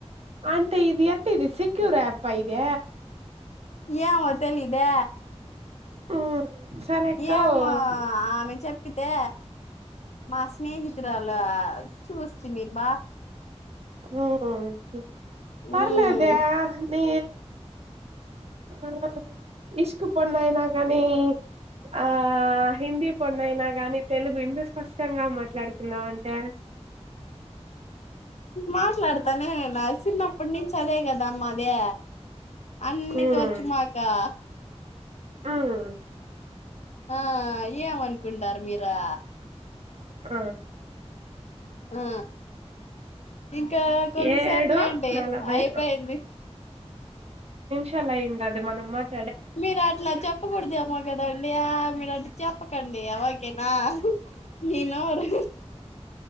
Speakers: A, on the right; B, on the left.
A: అంటే ఇది ఎట్ట ఇది సెక్యూర్ అప్ప ఇది
B: ఏమో తెలిదే
A: హ్మ్ సరే అక్క
B: ఏమో ఆమె చెప్పితే మా స్నేహితురాలు చూస్తిమీ బ
A: హు మ్
B: మ్మ్
A: పర్లేదే మీ ఆ ఇష్క్ పోన్నానైనా గాని ఆ హిందీ పొంద్నైనా గాని తెలుగు ఇంద స్పష్టంగా మాట్లాడుతున్నావ్ అంటే
B: మాట్లాడ్ అతనే నడిసినప్పటి నుంచి అదే కదా మాదే అన్నిది
A: ఉమ్
B: వచ్చు మాకా
A: ఉమ్
B: ఆ ఏమనుకుంటారు మీరా
A: ఆ
B: ఆ ఇంకా కొంతసేపు
A: ఏడు
B: లేండి
A: నలభై
B: అయిపోయింది.
A: చాల అయుండాది మనమ మాట్
B: మీరు అట్ల చెప్పకూడదేమో కదండియా మీరు అ చెప్పకండియా ఓకేనా మీ నోరు